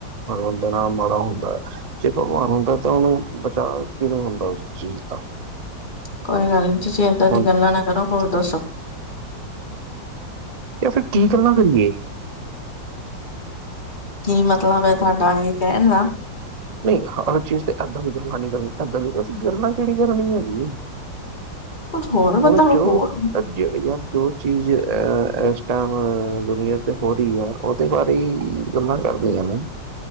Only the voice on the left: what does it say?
ਕੋਈ ਗੱਲ ਨੀ ਤੁਸੀਂ ਏਦਾਂ ਦੀ
ਗੱਲਾਂ ਨਾ ਕਰੋ ਹੋਰ ਦੱਸੋ?
ਕੀ ਮਤਲਬ ਐ, ਤੁਆਡਾ ਏ ਕੈਣ ਦਾ?
ਕੁਛ ਹੋਰ
ਮਤਲਬ
ਹੋਰ